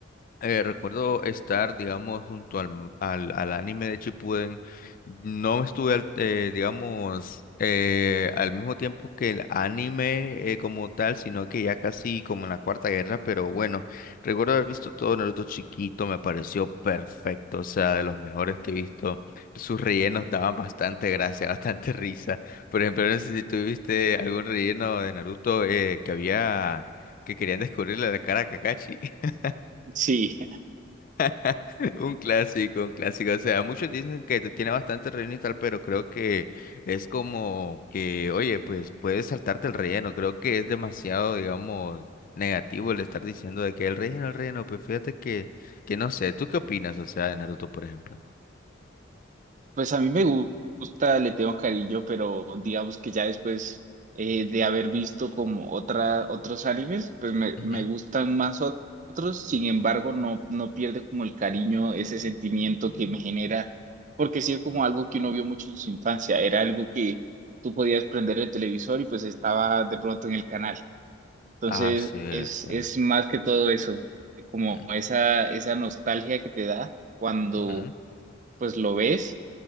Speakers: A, on the left (about 45°); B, on the right (about 40°).
A: eh, recuerdo estar, digamos, junto al, m- al, al anime de Shippuden. No estuve, al- eh, digamos, eh, al mismo tiempo que el anime eh, como tal, sino que ya casi como en la Cuarta Guerra, pero bueno, recuerdo haber visto todo Naruto chiquito, me pareció perfecto, o sea, de los mejores que he visto. Sus rellenos daban bastante gracia, <laughs> bastante risa. Por ejemplo, no sé si tuviste algún relleno de Naruto eh, que había, que querían descubrirle la cara a Kakashi. <laughs>
B: Sí,
A: <laughs> Un clásico, un clásico. O sea, muchos dicen que te- tiene bastante relleno y tal, pero creo que es como que, oye, pues puedes saltarte el relleno. Creo que es demasiado, digamos, negativo el estar diciendo de que el relleno, el relleno. Pues fíjate que, que no sé. ¿Tú qué opinas, o sea, de Naruto, por ejemplo?
B: pues a mí me gusta, le tengo cariño, pero digamos que ya después eh, de haber visto como otra, otros animes, pues me,
A: Ujú.
B: me gustan más ot- otros, sin embargo no, no pierde como el cariño, ese sentimiento que me genera, porque sí es como algo que uno vio mucho en su infancia, era algo que tú podías prender el televisor y pues estaba de pronto en el canal. Entonces
A: Ah, sí, o
B: es,
A: sea.
B: es más que todo eso, como
A: ujú,
B: esa, esa nostalgia que te da cuando
A: ujú,
B: pues lo ves